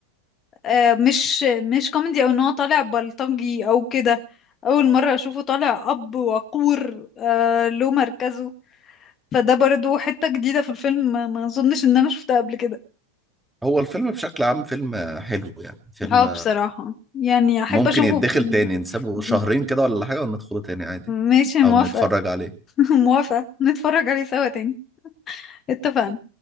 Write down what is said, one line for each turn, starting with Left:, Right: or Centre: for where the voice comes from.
Left: آه، مش مش كوميدي او ان هو طالع بلطجي او كده اول مره اشوفه طالع اب وقور آه، له مركزه فده برضو حته جديده في الفيلم ما ما اظنش ان انا شفتها قبل كده
Centre: هو الفيلم بشكل عام فيلم حلو يعني فيلم
Left: اه بصراحه يعني احب
Centre: ممكن
Left: اشوفه
Centre: يتدخل
Left: ب-
Centre: تاني نسيبه شهرين كده ولا حاجة وندخله تاني عادي
Left: ماشي موافقه
Centre: او نتفرج عليه
Left: <laughs> موافقه نتفرج عليه سوا تاني اتفقنا